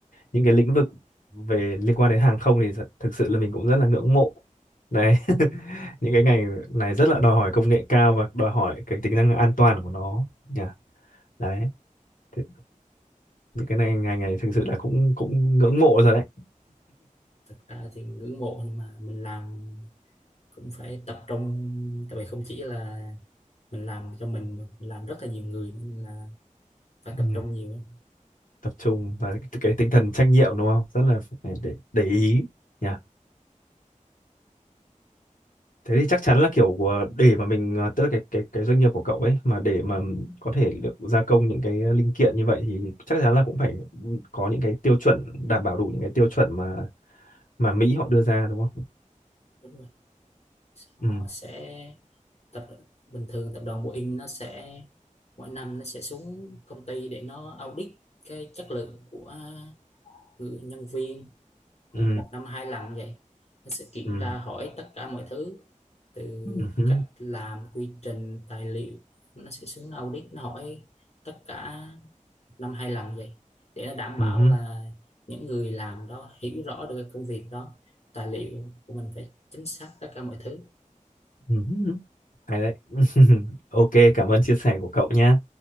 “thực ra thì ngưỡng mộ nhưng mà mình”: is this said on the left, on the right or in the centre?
Left